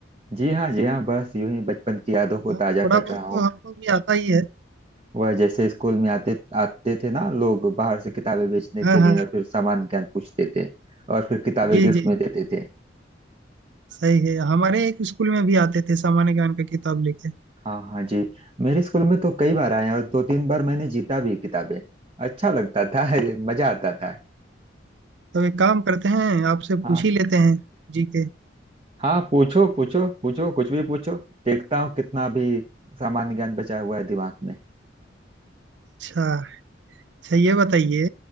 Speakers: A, on the right (about 30°); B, on the right (about 65°).
A: जी हाँ जी हाँ बस यूं ही बचपन की यादों को
B: हाँ,
A: ताजा
B: थोड़ा
A: कर
B: बहुत
A: रहा हूँ
B: तो हमको भी आता ही है
A: वह जैसे स्कूल में आते आते थे ना लोग बाहर से किताबें बेचने
B: हाँ
A: के लिए
B: हाँ
A: और फिर सामान्य ज्ञान पूछते थे और फिर किताबें
B: जी
A: गिफ्ट
B: जी
A: में
B: जी,
A: देते थे
B: सही है हमारे एक स्कूल में भी आते थे सामान्य ज्ञान का किताब लेके
A: हाँ हाँ जी मेरे स्कूल में तो कई बार आए हैं और दो तीन बार मैंने जीता भी किताबें अच्छा लगता था <laughs> मजा आता था
B: तो एक काम करते हैं आपसे
A: हाँ
B: पूछ ही लेते हैं जी के
A: हाँ पूछो पूछो पूछो कुछ भी पूछो देखता हूँ कितना भी सामान्य ज्ञान बचा हुआ है दिमाग में
B: अच्छा अच्छा ये बताइए